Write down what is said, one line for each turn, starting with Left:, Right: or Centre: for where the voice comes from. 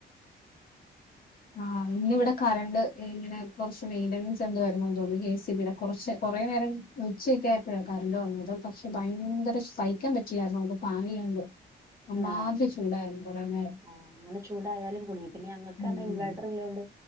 Left: ഉ ആഹ് ഇന്ന് വിടെ കറണ്ട് ഇങ്ങനെ കൊർച്ച് മെയിന്റനൻസ് എന്തോ ആയിരുന്നു തോന്ന്ണു ഏ സി ബി യ്ടെ കൊറച്ച് കുറേ നേരം ഉച്ചൊക്കെ ആയപ്പഴാ കറണ്ട് വന്നത്. പക്ഷെ ഭയങ്കര സഹിക്കാൻ പറ്റില്ലായിരുന്നു <unintelligible> ഫാനില്ലണ്ട്. അമ്മാതിരി
Right: ആഹ്
Left: ചൂടായിരുന്നു കൊറെ നേരം
Right: ആഹ് അങ്ങനെ ചൂടായാലും കുടുങ്ങി. പിന്നെ ഞങ്ങക്കാർഞ്ഞാ
Left: ഉം
Right: ഇൻവേർട്ടറ്‌ള്ളേണ്ട്